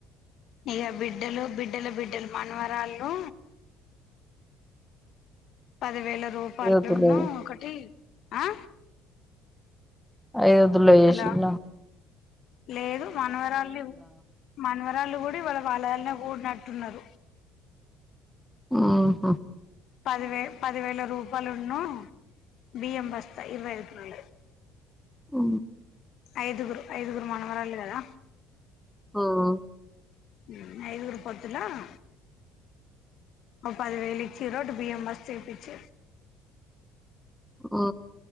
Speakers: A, on the left; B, in the centre.
A: ఇగా బిడ్డలు బిడ్డల బిడ్డలు మనవరాళ్ళు పదివేల రూపాయలున్న
B: ఐదొద్దులు
A: ఒకటి ఆ
B: ఐదువోద్దుల చేేసిళ్లా.
A: హలో లేదు మనవరాళ్ళని మనవరాళ్లుు కూడా ఇవాళ వాళ్ళగాళనే కూడినట్టున్నారు
B: హుహ్
A: పదివే పదివేల రూపాయలున్న బియ్యం బస్తా ఇరవైఐదు కిలోలయి.
B: హ్
A: ఐదుగురు ఐదుగురు మనవరాలు కదా
B: ఓహో
A: హ్ ఐదుగురు పొత్తులా ఒక ఓ పదివేలు ఇచ్చిరో టి బియ్యం బస్ చేపిచ్చారు
B: ఓ